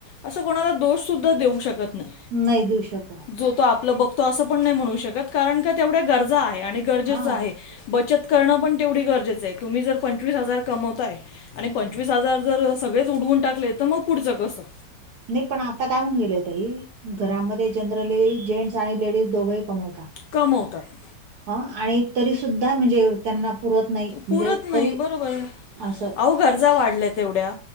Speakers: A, on the left; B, on the right.
A: असं कोणाला दोष सुद्धा देऊ शकत नाही.
B: नाही देऊ शकत.
A: जो तो आपल बघतो असं पण नाही म्हणू शकत कारण का तेवढ्या गरजा आहे आणि गरजेच
B: हा
A: आहे. बचत करणं पण तेवढी गरजेचं आहे. तुम्ही जर पंचवीस हजार कमवताय. आणि पंचवीस हजार जर सगळेच उडवून टाकले तर मग पुढचं कसं?
B: नाही पण आता काय होऊन गेले ताई घरामध्ये जनरली जेंट्स आणि लेडीज दोघंही कमवतात.
A: कमवतात
B: आ आणि तरी सुुद्धा म्हणजे त्यांना पुरत नाही म्हणजे
A: पुरत नाही
B: तरी
A: बरोबर
B: असं
A: अहो गरजा वाढल्या तेवढ्या